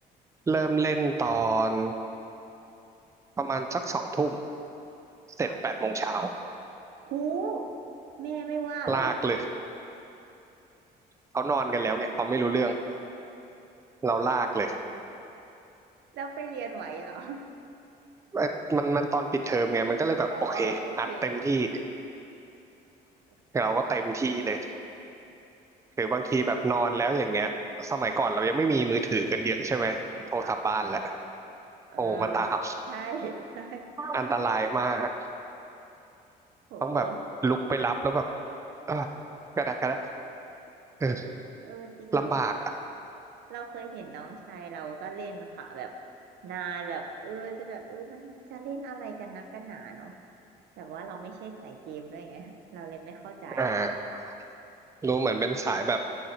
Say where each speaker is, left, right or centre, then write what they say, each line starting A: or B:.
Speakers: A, on the right (about 15°); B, on the right (about 80°).
A: เริ่มเล่นตอนประมาณสักสองทุ่มเสร็จแปดโมงเช้า
B: ค่ะหูแม่ไม่ว่าเหรอ
A: ลากเลยเขานอนกันแล้วไงเขาไม่รู้เรื่องเราลากเลย
B: <laughs> แล้วไปเรียนไหวเหรอ
A: เอ้ยมันมันตอนปิดเทอมไงมันก็เลยแบบโอเคอัดเต็มที่
B: <laughs> อ๋อโอเค <laughs> สุดยอดอ่ะ
A: เราก็เต็มที่เลยหรือบางทีแบบนอนแล้วอย่างเงี้ยสมัยก่อนเรายังไม่มีมือถือกันเยอะใช่ไหมโทรศัพท์บ้านแหละ
B: ค่ะเออ
A: โทรมาตาม
B: ใช่ <laughs> ใช่
A: อันตรายมาก
B: โห
A: ต้องแบบลุกไปรับแล้วแบบเออกระแดกกระแดกเออ
B: เออจริงเรา
A: ลำบากอ่ะ
B: เราเคยเห็นน้องชายเราก็เล่นค่ะแบบนานแบบเออจะแบบเออมันจะเล่นอะไรกันนักกันหนาเนาะแต่ว่าเราไม่ใช่สายเกมด้วยไงเราเลยไม่เข้าใจอ่ะ
A: อ่ารู้เหมือนเป็นสายแบบ